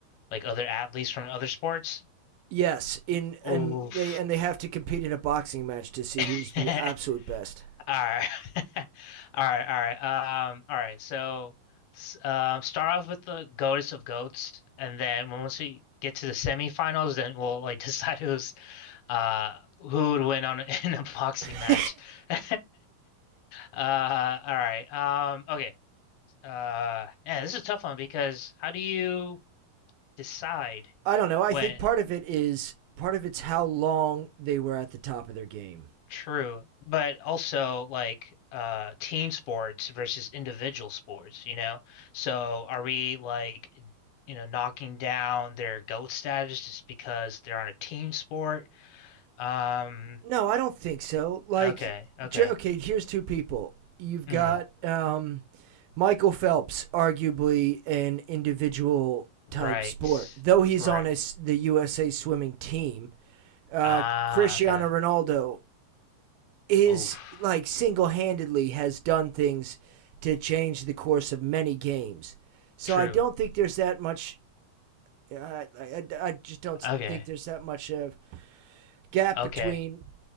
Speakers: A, on the left; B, on the right.
A: like other athletes from other sports.
B: Yes, in
A: Oof.
B: and they and they have to compete in a boxing match to see who's
A: <laughs>
B: the
A: All
B: absolute best.
A: right, <laughs> all right, all right. Um, all right. So, s- um, start off with the goatess of goats, and then when- once we get to the semifinals, then we'll like <laughs> decide who's Uh, who would win on <laughs> in a boxing
B: <laughs>
A: match? <laughs> Uh, all right. Um, okay. Uh, yeah, this is a tough one because how do you decide
B: I don't know. I
A: when
B: think part of it is part of it's how long they were at the top of their game.
A: true, but also like uh team sports versus individual sports, you know? So are we like you know knocking down their GOAT status just because they're on a team sport? Um,
B: No, I don't think so. Like,
A: okay, okay.
B: j- okay, here's two people. You've
A: Mhm.
B: got um, Michael Phelps, arguably an individual
A: Right.
B: type sport, though he's
A: Right.
B: on his, the USA swimming team. Uh,
A: Ah,
B: Cristiano
A: okay.
B: Ronaldo is
A: Oof.
B: like single handedly has done things to change the course of many games. So
A: True.
B: I don't think there's that much. Uh, I, I, I just don't
A: Okay.
B: think there's that much of gap
A: Okay.
B: between